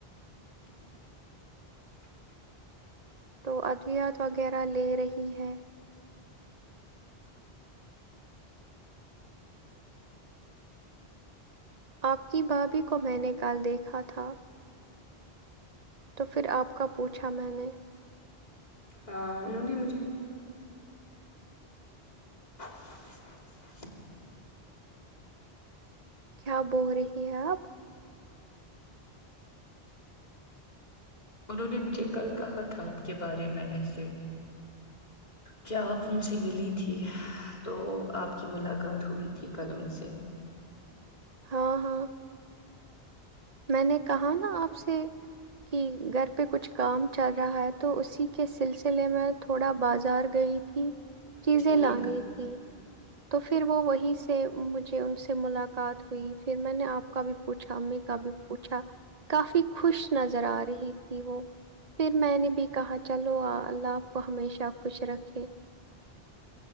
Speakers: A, on the left; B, on the right.
A: ج
B: تو ادویات وغیرہ لے رہی ہے آپ کی بھابھی کو میں نے کل دیکھا تھا تو پھر آپ کا پوچھا میں نے۔
A: ہا انہوں نے مجھے۔۔۔ <unintelligible>
B: کیا بول رہی ہیں آپ؟
A: انہوں نے مجھے کل کہا تھا آپ کے بارے میں ایسے کہ آپ ان سے ملی تھی۔ تو آپ کی ملاقات ہوئی تھی کل ان سے۔
B: ہاں ہاں۔ میں نے کہا نا آپ سے کہ گھر پہ کچھ کام چل رہا ہے تو اسی کے سلسلے میں تھوڑا بازار گئی تھی۔ چیزیں
A: ٹھیک
B: لانی تھی۔ تو پھر وہ وہیں سے مجھے ان سے ملاقات ہوئی۔ پھر میں نے آپ۔۔۔ کا بھی پوچا۔ امی کا بھی۔۔۔ کافی خوش نظر آ رہی تھی وہ۔ پھر میں نے بھی کہا چلو اللہ آپ کو ہمیشہ خوش رکھے۔